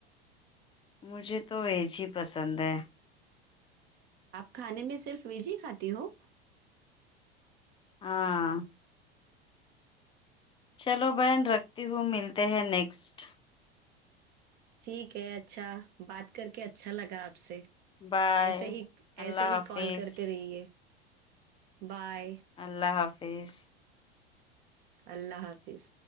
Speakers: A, on the left (about 15°); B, on the right (about 30°).
A: مجھے تو ویج ہی پسند ہے
B: آپ کھانے میں صرف ویج ہی کھاتی ہو
A: ہاں چلو بہن رکھتی ہوں ملتے ہیں نیکسٹ
B: ٹھیک ہے اچھا بات کر کے اچھا لگا آپ سے
A: بائے
B: ایسے ہی ایسے
A: اللہ
B: ہی
A: حافظ
B: کال کرتے رہئے بائے
A: اللہ حافظ
B: اللہ حافظ